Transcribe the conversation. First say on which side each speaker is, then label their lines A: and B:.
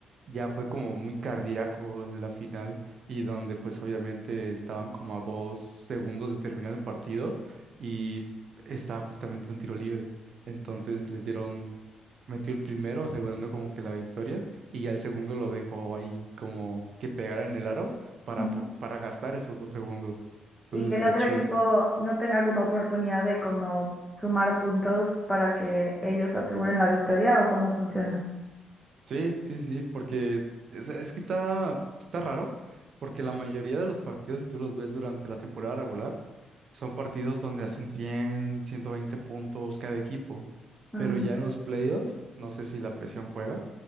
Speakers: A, on the right (about 60°); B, in the centre.
A: ya fue como muy cardíaco la final y donde pues obviamente estaban como a dos segundos de terminar el partido y estaba justamente un tiro libre. Entonces les dieron, metió el primero asegurando como que la victoria y ya el segundo lo dejó ahí como que pegara en el aro para,
B: ujú.
A: bo- para gastar esos dos segundos. Entonces
B: y que
A: está
B: el otro
A: chido.
B: equipo no tenga como oportunidad de como sumar puntos para que ellos aseguren la victoria o cómo funciona.
A: Sí, sí, sí, porque es, es que está, está raro, porque la mayoría de los partidos, si tú los ves durante la temporada regular, son partidos donde hacen cien, ciento veinte puntos cada equipo,
B: Mm,
A: pero ya en los playoffs, no sé si la presión juega,